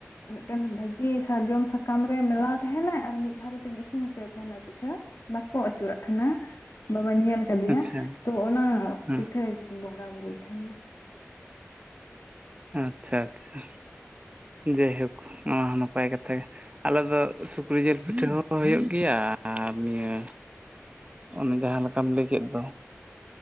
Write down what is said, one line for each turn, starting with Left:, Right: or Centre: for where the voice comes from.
Left: ᱢᱤᱫᱴᱮᱱ ᱵᱷᱟᱹᱜᱤ ᱥᱟᱨᱡᱚᱢ ᱥᱟᱠᱟᱢ ᱨᱮ ᱢᱮᱞᱟᱣ ᱛᱟᱦᱮᱸᱱᱟᱭ, ᱟᱨ ᱢᱤᱫ ᱫᱷᱟᱨᱮ ᱛᱮᱜᱮ ᱤᱥᱤᱱ ᱦᱚᱪᱚᱭᱮ ᱛᱟᱦᱮᱸᱱᱟᱭ᱾ ᱯᱤᱴᱷᱟᱹ ᱵᱟᱠᱚ ᱟ ᱛᱟᱦᱮᱸᱱᱟ ᱵᱟᱵᱟᱧ ᱧᱮᱞ ᱠᱟᱫᱮᱭᱟ,
Right: ᱟᱪᱪᱷᱟ
Left: ᱛᱚ ᱚᱱᱟ
Right: ᱦᱩᱸ
Left: ᱯᱤᱴᱷᱟᱹ ᱵᱚᱸᱜᱟ ᱵᱩᱨᱩᱭ ᱛᱟᱦᱮᱸᱱᱟ᱾
Right: ᱟᱪᱷᱟ ᱟᱪᱷᱟ ᱡᱟᱭᱦᱳᱠ ᱚᱱᱟ ᱦᱚᱸ ᱱᱟᱯᱟᱭ ᱠᱟᱛᱷᱟ ᱜᱮ᱾ ᱟᱞᱮ ᱫᱚ ᱥᱩᱠᱨᱤ ᱡᱤᱞ ᱯᱤᱴᱷᱟᱹ ᱦᱚᱸ ᱦᱩᱭᱩᱜ ᱜᱮᱭᱟ, ᱟᱨ ᱱᱤᱭᱟᱹ ᱚᱱᱮ ᱡᱟᱦᱟᱸ ᱞᱮᱠᱟᱢ ᱞᱟᱹᱭ ᱠᱮᱫ ᱫᱚ